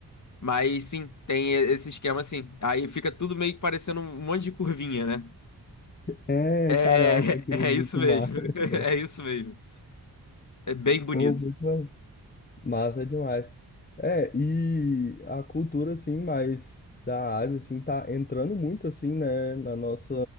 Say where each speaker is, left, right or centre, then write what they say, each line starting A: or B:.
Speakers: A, on the left; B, on the left.
A: Mas sim, tem e- esse esquema assim. Aí fica tudo meio que parecendo um monte de curvinha, né?
B: É,
A: É,
B: cara, eu acho aquilo
A: <laughs> é
B: muito
A: isso mesmo.
B: massa.
A: <laughs>
B: <laughs> Muito legal.
A: É isso mesmo. É bem bonito.
B: Pô, muito Massa demais. É, e a cultura, assim, mais da Ásia, assim, tá entrando muito, assim, né, na nossa,